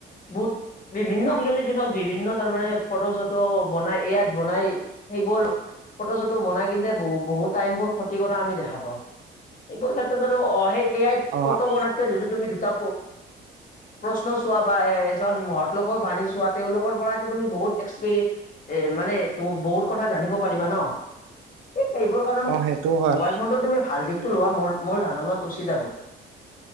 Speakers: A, on the left; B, on the right.
A: বহুত বিভিন্ন আজিকালিৰ দিনত, বিভিন্ন তাৰমানে ফটো-চটো বনাই এ আইত বনাই সেইবোৰ ফটো-চটো বনাই কিন্তে বহু-বহুত টাইমবোৰ ক্ষতি কৰা আমি দেখা পাওঁ। এইবোৰ ক্ষেত্ৰত জানোঁ অহে এ আইত
B: অ
A: ফটো বনাতকে যদি তুমি দুটা প্ৰশ্ন চোৱা। বা এজন মহতলোকৰ বানী চোৱা তেওঁলোকৰ পৰাতো তুমি বহুত এক্সেপেৰি এ মানে ত বহুত কথা জানিব পাৰিবা ন, এ এইবোৰ কাৰণত
B: অ সেইটোও হয়
A: মোবাইল ফোনটোত তুমি ভাল ত' লোৱা মোৰ ধাৰণাত উচিত আৰু।